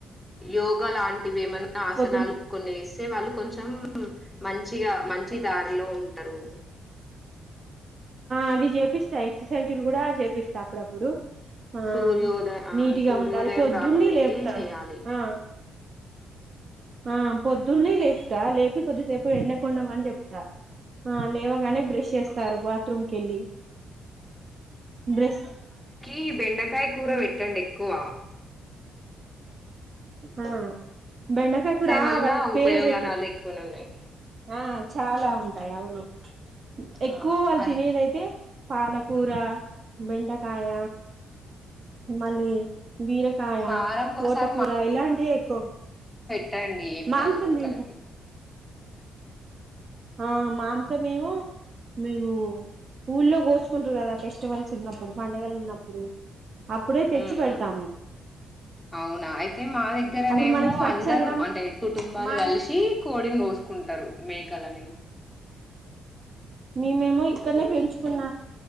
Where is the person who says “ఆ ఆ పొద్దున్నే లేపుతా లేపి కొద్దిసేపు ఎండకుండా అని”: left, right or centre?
Right